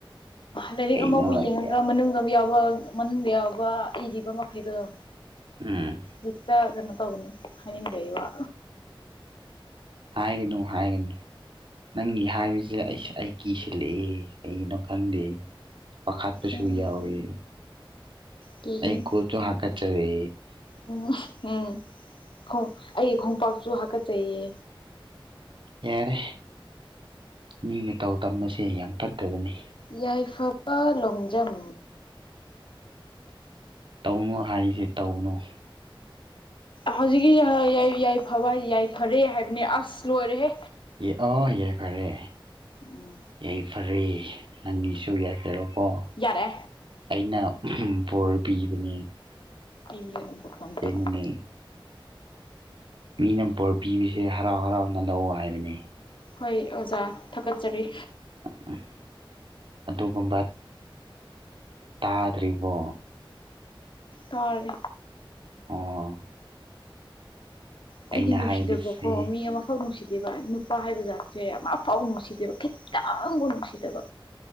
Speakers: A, on the left; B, on the right.
A: ꯂꯥꯏꯔꯤꯛ
B: ꯀꯩꯅꯣ
A: ꯑꯃꯕꯨ ꯌꯦꯡꯉꯒ
B: ꯌꯥꯝ
A: ꯃꯅꯨꯡꯗ ꯌꯥꯎꯕ ꯃꯅꯨꯡꯗ ꯌꯥꯎꯕ ꯏꯔꯤꯕ ꯃꯈꯩꯗꯨꯣ
B: ꯎꯝ
A: ꯍꯠꯇ ꯀꯩꯅꯣ ꯇꯒꯅ ꯍꯥꯏꯅꯤꯡ ꯗꯩꯋꯥ
B: ꯍꯥꯏꯒꯅꯨ ꯍꯥꯏꯒꯅ ꯅꯪꯒꯤ ꯍꯥꯏꯕꯁꯦ ꯑꯩ ꯑꯩ ꯀꯤꯁꯤꯜꯂꯛꯑꯦ ꯀꯩꯒꯤꯅꯣ ꯈꯪꯗꯦ ꯄꯥꯈꯥꯠꯄꯁꯨ
A: ꯎꯝ
B: ꯌꯥꯎꯏ
A: ꯀꯤꯒꯅꯤ
B: ꯑꯩ ꯀꯣꯁꯨ ꯍꯥꯀꯠꯆꯔꯦ
A: ꯎꯝ ꯎꯝꯣꯡ ꯑꯩꯒꯤ ꯈꯣꯡꯄꯥꯛꯁꯨ ꯍꯥꯀꯠꯆꯩꯌꯦ
B: ꯌꯥꯔꯦ ꯃꯤ ꯃꯇꯧ ꯇꯝꯕꯁꯦ ꯌꯥꯝ ꯐꯠꯇꯕꯅꯤ
A: ꯌꯥꯏꯐꯕ ꯂꯣꯡꯖꯝ
B: ꯇꯧꯅꯨ ꯍꯥꯏꯔꯤꯁ ꯇꯧꯅꯨ
A: ꯍꯧꯖꯤꯛꯀꯤꯁ ꯌꯥꯏꯐꯕ ꯌꯥꯏꯐꯔꯦ ꯍꯥꯏꯕꯅꯦ ꯑꯁ ꯂꯣꯏꯔꯦꯍꯦ
B: ꯑꯦ ꯑꯣ ꯌꯥꯔꯦ ꯐꯔꯦ
A: ꯎꯝ
B: ꯌꯥꯏ ꯐꯔꯦ ꯅꯪꯒꯤꯁꯨ ꯌꯥꯏꯐꯔꯣꯀꯣ
A: ꯌꯥꯔꯦ
B: ꯑꯩꯅ ꯕꯣꯔ ꯄꯤꯕꯅꯦ
A: ꯏꯕꯤꯒꯅꯕꯨ ꯀꯗ
B: ꯑꯁꯦꯡꯕꯅꯦ ꯃꯤꯅ ꯄꯣꯔ ꯄꯤꯕꯁꯦ ꯍꯔꯥꯎ ꯍꯔꯥꯎꯅ ꯂꯧꯑꯣ ꯍꯥꯏꯕꯅꯤ
A: ꯍꯣꯏ ꯑꯣꯖꯥ ꯊꯥꯒꯠꯆꯔꯤ
B: ꯎ ꯑꯗꯨꯒꯨꯝꯕ ꯇꯥꯗ꯭ꯔꯤꯕꯣ
A: ꯍꯔꯤ
B: ꯑꯣ
A: ꯑꯗꯨꯗꯤ
B: ꯑꯩꯅ
A: ꯅꯨꯡꯁꯤꯗꯕꯀꯣ
B: ꯍꯥꯏꯕꯁꯦ
A: ꯃꯤ ꯑꯃꯐꯥꯎ ꯅꯨꯡꯁꯤꯗꯦꯕ ꯅꯨꯄꯥ ꯍꯥꯏꯕ ꯖꯥꯠꯁꯦ ꯑꯃꯐꯥꯎ ꯅꯨꯡꯁꯤꯗꯦꯕꯀ ꯈꯤꯇꯪꯕꯨ ꯅꯨꯡꯁꯤꯗꯕ